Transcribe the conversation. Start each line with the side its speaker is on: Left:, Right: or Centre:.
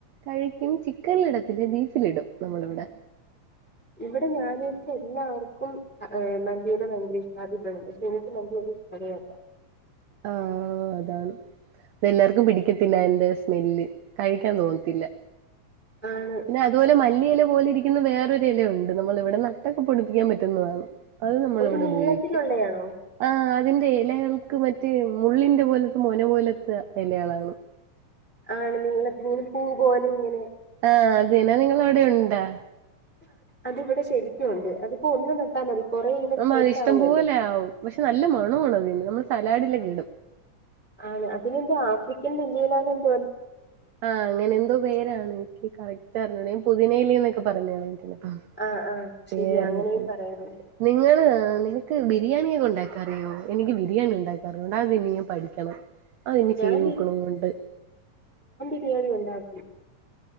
Right: കഴ ചിക്കനിലിടത്തില്ല ബീഫിലിടും നമ്മള ഇവിടെ
Centre: ഇവിടെ ഞാൻ എല്ലാവർക്കും മന്ത്യില ഭയങ്കര ഇഷ്ടാണ്ട് പക്ഷെ എനിക്ക് മ ല്ല
Right: ആഹ അതാണ് അത് എല്ലാർക്കും പിടിക്കത്തില്ല എറെ സ്മെല്ല് കഴിക്കാൻ തോന്നത്തില്ല
Centre: ആണ്
Right: പിന്നെ അതുപോലെ മല്ലിയില പോലെ ഇരിക്കുന്ന വേറെ ഒരുഇലണ്ട് നമ്മള ഇവി നട്ടൊക്കെ പൊടിപ്പിക്കാൻ പറ്റുന്നതാണ് അത് നമ്മൾിവിടെ
Centre: ഒരു നീളത്തിലുള്ളയാണോ
Right: ഉപയോഗിക്കും ആ അതി ഇലകൾക്ക് മറ്റേ മുള്ളിന്റെ പോലത്തെ മൊന പോലത്തെ ഇലകളാണ്
Centre: ആണ് നീങ്ങളീ പൂ പോലെ ഇങ്ങനെ
Right: ആഹ അതിനനാ നിങ്ങ അവിടെ ഉണ്ടാ
Centre: അത്വിടെ ശരിക്കുണ്ട് അതിപ്പോ ഒന്ന് നട്ടാ മതി കൊറേ ഇങ്ങനെ
Right: നമ്മ
Centre: സ്പ്രെഡ്
Right: അതിഷ്ടം
Centre: ആവുമല്ലോ
Right: പോലെ ആകും പക്ഷെ നല്ല മണോആണി അതിന് നമ്മൾ സലാഡിലൊക്കെ
Centre: ആ
Right: ഇടും
Centre: ആണ് അതിനെന്താ ആഫ്രിക്കൻ നിലയിലാാൾഎന്ത
Right: ആഹ് അങ്ങനെ എന്തോ പേരാണ് എനി ക്ക്കറക്റ്റ് അറിഞ്ഞോട ഞൻ പുതിനേലിന്നൊക്കെ പറഞ്ഞഞ് കളഞ്ഞിട്ട്
Centre: ആഹ് ആഹ് ശരിയാ
Right: പേരറങ്ങിയത്ത
Centre: അങ്ങനെയും പറയാറുണ്ട്
Right: നിങ്ങ നിന നിക്ക് ബിരിയാണിയ ഒക്കെ ഉണ്ടാക്കാറിയോ എനിക്ക് ബിരിയാണി ഉണ്ടാക്കാറിയോണ്ടാ അത് തന്നെ ഞാൻ പഠിക്കണം അതിന്
Centre: ഞാൻ
Right: ചെയ്ത് നോക്കണമൊണ്ട്
Centre: ന്ന ഉണ്ടാക്കി